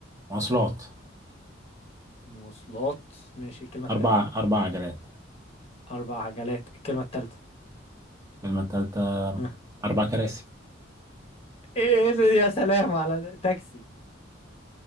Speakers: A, on the right (about 15°); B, on the left (about 30°).
A: مواصلات
B: مواصلات ماشي الكلمة التانية
A: أربع أربع عجلات
B: أربع عجلات الكلمة التالتة
A: الكلمة التالتة
B: <laughs> ها.
A: أربع كراسي
B: إيه إيه ده يا سلام على ده. تاكسي